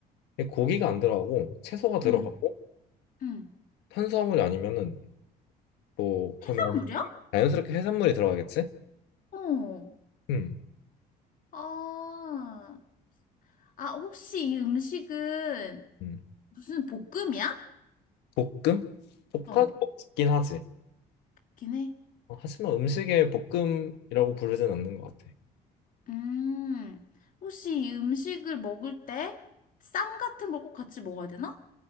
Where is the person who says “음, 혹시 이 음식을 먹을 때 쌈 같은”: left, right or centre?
Left